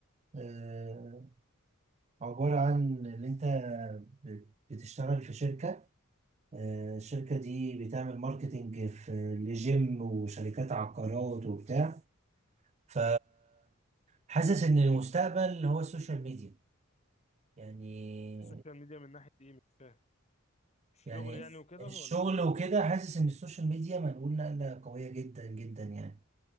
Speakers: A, on the right; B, on the left.
A: آه، عبارة عن ان انت بت- بتشتغل في شركة آه، الشركة دي بتعمل ماركتينج في لجيم وشركات عقارات وبتاع ف حاسس ان المستقبل هو السوشيال ميديا يعني
B: السوشيال ميديا من ناحية إيه مش فاهم الشغل
A: يعني
B: يعني وكده
A: الشغل
B: ولا من...
A: وكده حاسس ان السوشيال ميديا منقول نقلة قوية جدا جدا يعني